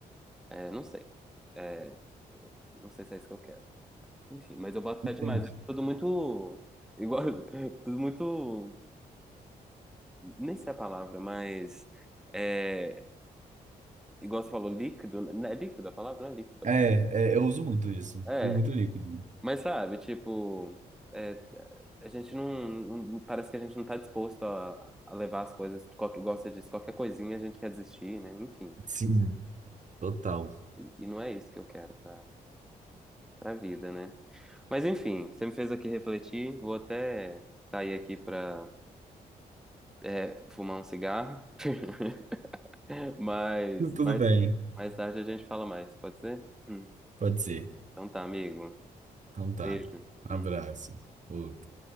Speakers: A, in the centre; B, on the right.
A: é, não sei. É, não sei se é isso que eu quero. Enfim, mas eu boto
B: Entendi.
A: fé demais. É tudo muito. Igual. <laughs> Tudo muito. Nem sei a palavra, mas. É, igual você falou, líquido. né? É líquido a palavra? Não é líquido
B: É,
A: a palavra.
B: é, eu uso muito isso.
A: É,
B: Tudo muito líquido.
A: mas sabe, tipo. é, a gente não, não- Parece que a gente não tá disposto a, a levar as coisas. Qualquer, igual você disse, qualquer coisinha a gente quer desistir, né? Enfim.
B: Sim, total.
A: E, e não é isso que eu quero pra, pra vida, né? Mas enfim, você me fez aqui refletir. Vou até sair aqui pra. É, fumar um cigarro. <laughs> Mas
B: Tudo
A: mais,
B: bem.
A: mais tarde a gente fala mais, pode ser? Hum.
B: Pode ser.
A: Então tá, amigo.
B: Então tá.
A: Beijo.
B: Um
A: Hum.
B: abraço. Outro.